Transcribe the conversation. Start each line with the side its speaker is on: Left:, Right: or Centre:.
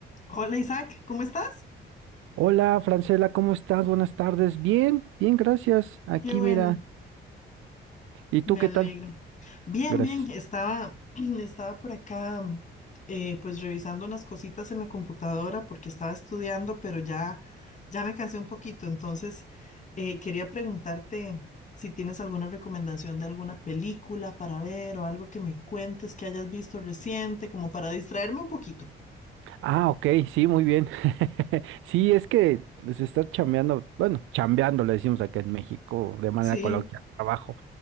Left: Hola Isaac, ¿cómo estás?
Right: Hola, Francela, ¿cómo estás? Buenas tardes. Bien, bien, gracias. Aquí,
Left: Qué bueno,
Right: mira. ¿Y tú
Left: me
Right: qué
Left: alegra.
Right: tal?
Left: Bien,
Right: Gracias.
Left: bien, estaba, <clears throat> estaba por acá mm, eh, pues revisando unas cositas en la computadora porque estaba estudiando, pero ya, ya me cansé un poquito, entonces eh, quería preguntarte si tienes alguna recomendación de alguna película para ver o algo que me cuentes que hayas visto reciente, como para distraerme un poquito.
Right: Ah, ok, sí, muy bien. <laughs> Sí, es que se está chambeando, bueno, chambeando, le decimos acá en México, de manera
Left: Sí,
Right: coloquial, trabajo.